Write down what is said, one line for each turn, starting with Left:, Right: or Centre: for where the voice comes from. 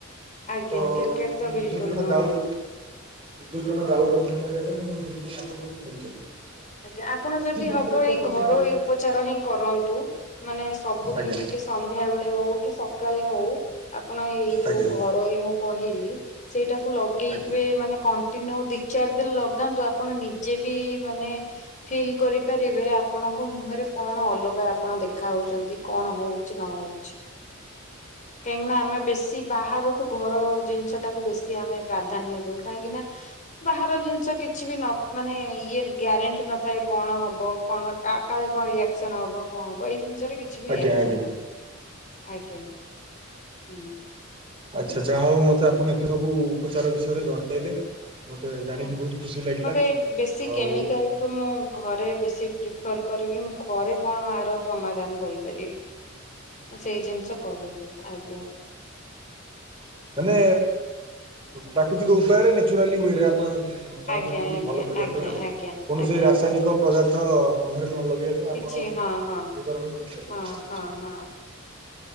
Left: ଆଜ୍ଞା
Right: ତ ସେଇ
Left: କ୍ରିକେଟ ତ ବିଲକୁଲ
Right: ସୂର୍ଯ୍ୟ କିରଣ
Left: ନୁହଁ।
Right: ଦାଉରୁ ସୂର୍ଯ୍ୟ କିରଣ ଦାଉରୁ ରକ୍ଷା ପାଇବା ପାଇଁ ମୁଁ ସେଥିପାଇଁ ଆପଣଙ୍କୁ ଫୋନ କରିଥିଲି।
Left: ଆଜ୍ଞା ଆପଣ ଯଦି
Right: କିଛି ମାତ୍ରାରେ
Left: ହବ
Right: ତ
Left: ଏଇ
Right: କମେଇ
Left: ଘରୋଇ
Right: ପାରିବ।
Left: ଉପଚାର ହିଁ କରନ୍ତୁ ମାନେ ସବୁଦିନ
Right: ଆଜ୍ଞା
Left: ଟିକେ ସନ୍ଧ୍ୟାବେଳେ ହଉ କି ସକାଳେ ହଉ ଆପଣ ଏଇ ଯୋଉ
Right: ଆଜ୍ଞା
Left: ଘର ଏଇ ମୁଁ କହିଲି ସେଇଟାକୁ ଲଗେଇକି
Right: ଆଜ୍ଞା
Left: ବି ମାନେ କ କଣ୍ଟିନିୟୁ ଦି ଚାରି ଦିନ ଲଗାନ୍ତୁ ଆପଣ ନିଜେ ବି ମାନେ ଫିଲ୍ କରିପାରିବେ ଆପଣଙ୍କ ମୁହଁରେ କଣ ଅଲଗା ଆପଣ ଦେଖା ହଉଛନ୍ତି କଣ ହଉ ଚି ନ ହଉଛି। କାହିଁକି ନା ଆମେ ବେଶୀ ବାହାରକୁ ଘର ଜିନିଷ ଟାକୁ ବେଶୀ ଆମେ ପ୍ରାଧାନ୍ୟ ଦଉ କାହିଁକି ନା ବାହାର ଜିନିଷ କିଛି ବି ନ ମାନେ ଇଏ ଗ୍ୟାରେଣ୍ଟି ନଥାଏ କଣ ହବ କଣ କା କାଳେ କଣ ରିଆକ୍ସନ ହବ କଣ ହବ ଏଇ ଜିନିଷରେ କିଛି ବି
Right: ଆଜ୍ଞା
Left: ରିଆକ୍ସନ
Right: ଆଜ୍ଞା
Left: ନାହିଁ ଆଜ୍ଞା ହୁଁ
Right: ଆଚ୍ଛା ଆଚ୍ଛା ଯାହାହଉ ମତେ ଆପଣ ଏତେ ସବୁ ଉପଚାର ବିଷୟରେ ଜଣେଇଲେ ମତେ
Left: ଆଜ୍ଞା
Right: ଜାଣିକି ବହୁତ ଖୁସି ଲାଗିଲା
Left: ମତେ ବେଶୀ
Right: ଆଉ
Left: କେମିକାଲ ଠୁ ମୁଁ ଘରେ ବେଶୀ ପ୍ରିଫର କରିକି ମୁଁ ଘରେ କଣ ଆର ସମାଧାନ କରିପାରିବି।
Right: <inaudible>
Left: ମୁଁ ସେଇ ଜିନିଷ କହିଦିଏ ଆଜ୍ଞା
Right: ମାନେ ପ୍ରାକୃତିକ ଉପାୟରେ ନେଚୁରାଲି ୱେରେ ଆପଣ ଚାହୁଁଛନ୍ତି
Left: ଆଜ୍ଞା
Right: କି
Left: ଆଜ୍ଞା
Right: ଭଲ କରିବା
Left: ଆଜ୍ଞା
Right: ପାଇଁ ଆଉ
Left: ଆଜ୍ଞା
Right: କୌଣସି
Left: ଆଜ୍ଞା
Right: ରାସାୟନିକ ପଦାର୍ଥ ମୁହଁରେ ନ ଲଗେଇ ତ
Left: କିଛି
Right: ଆପଣ
Left: ହଁ ହଁ।
Right: ବିବରଣ କରନ୍ତୁ ଆଉ
Left: ହଁ
Right: ଆଚ୍ଛା
Left: ହଁ ହଁ